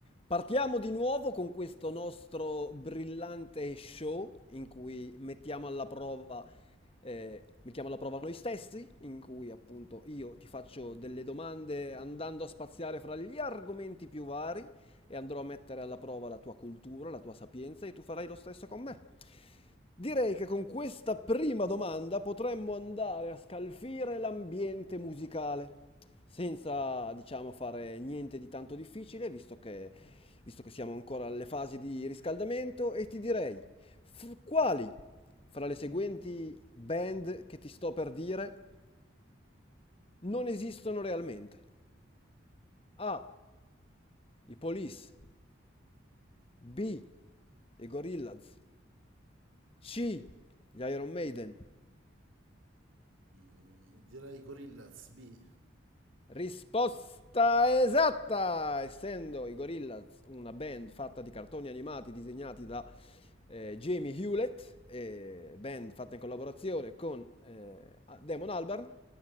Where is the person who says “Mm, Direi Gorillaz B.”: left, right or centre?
Right